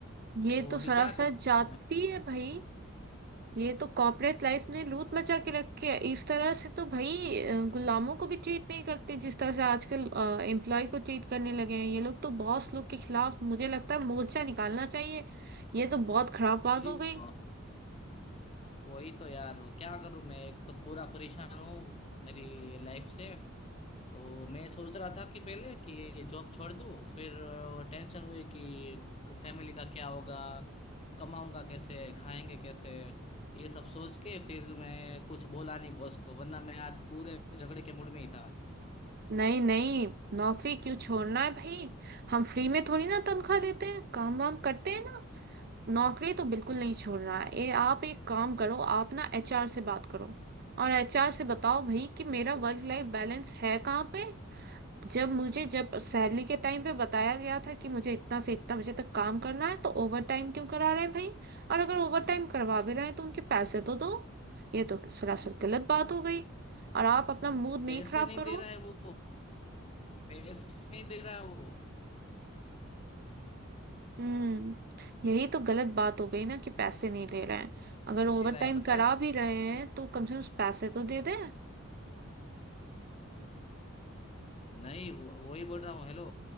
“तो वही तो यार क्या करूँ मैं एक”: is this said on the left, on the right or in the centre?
Left